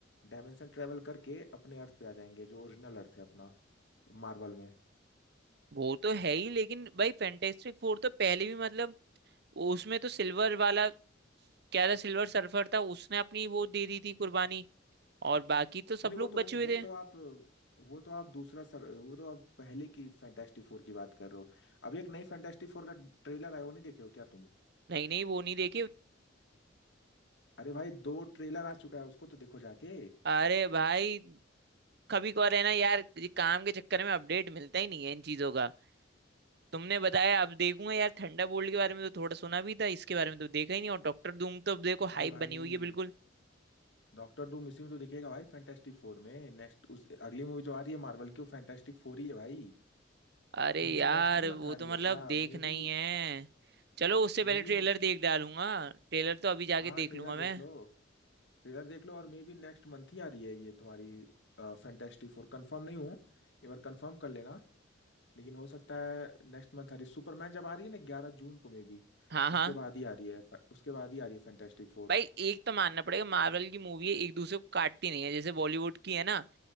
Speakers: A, on the left (about 65°); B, on the right (about 55°).
A: डायमेंशन ट्रेवल करके अपने अर्थ पे आ जाएंगे जो ओरिजिनल अर्थ है अपना मार्वल में नहीं
B: वो तो है ही लेकिन भाई फैंटेस्टिक फोर तो पहले भी मतलब उसमें तो सिल्वर वाला क्या था सिल्वर सर्फर था उसने अपनी वो दे दी थी कुर्बानी और बाकी तो
A: नहीं
B: सब लोग
A: वो तो
B: बचे हुए
A: वो
B: थे
A: तो आप वो तो आप दूसरा सर वो तो आप पहले की फैंटेस्टिक फोर की बात कर रहे हो अभी एक नई फैंटेस्टिक फोर का ट्रेलर आया वो नहीं देखे हो क्या तुम
B: नहीं नहीं वो नहीं देखे
A: अरे भाई दो ट्रेलर आ चुका है उसको तो देखो जाके
B: अरे भाई कभी कभार है ना यार ये काम के चक्कर में अपडेट मिलता ही नहीं है इन चीजों का तुमने बताया अब देखूंगा यार थंडरबोल्ट के बारे में तो थोड़ा सुना भी था इसके बारे में तो देखा ही नहीं और डॉक्टर धूम तो अब देखो
A: अरे
B: हाइप
A: भाई
B: बनी हुई है बिल्कुल
A: डॉक्टर डूम इसी में तो दिखेगा भाई फैंटेस्टिक फोर में नेक्स्ट उस अगली मूवी जो आ रही है मार्वल की वो फैंटेस्टिक फोर ही है भाई
B: अरे
A: मे
B: यार
A: बी नेक्स्ट ही
B: वो
A: मंथ आ
B: तो
A: रही है
B: मतलब
A: क्या
B: देखना
A: मे
B: ही
A: बी
B: है चलो उससे पहले
A: Maybe
B: ट्रेलर देख डालूंगा ट्रेलर तो अभी जाके
A: हाँ
B: देख
A: ट्रेलर
B: लूंगा मैं
A: देख लो ट्रेलर देख लो और मे बी नेक्स्ट मंथ ही आ रही है ये तुम्हारी फैंटेस्टिक फोर कंफर्म नहीं हूँ एक बार कंफर्म कर लेना लेकिन हो सकता है नेक्स्ट मंथ आ रही सुपरमैन जब आ रही है ना ग्यारह जून को मे बी
B: हाँ हाँ
A: उसके बाद ही आ रही है उसके बाद ही आ रही है फैंटेस्टिक फोर
B: भाई एक तो मानना पड़ेगा मार्वल की मूवी है एक दूसरे को काटती नहीं है जैसे बॉलीवुड की है ना